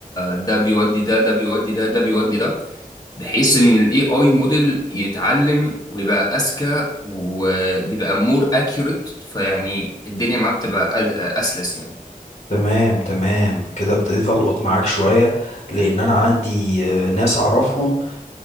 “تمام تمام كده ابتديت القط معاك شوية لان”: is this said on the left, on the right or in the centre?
Left